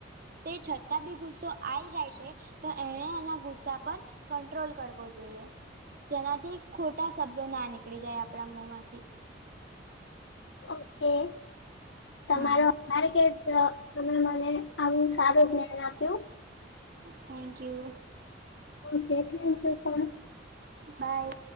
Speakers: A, on the right (about 55°); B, on the left (about 70°).
A: તે છતાં બી ગુ ગુસ્સો આઈ જાય છે તો એને એના ગુસ્સા પર કંટ્રોલ કરવો જોઈએ. જેનાથી ખોટા શબ્દો ના નીકળી જાય આપણા મોમાંથી.
B: ઓકે તમારો
A: હા
B: આભાર કે ત તમે મને આવું સારું જ્ઞાન આપ્યું.
A: Thank you.
B: Okay thank you for
A: by.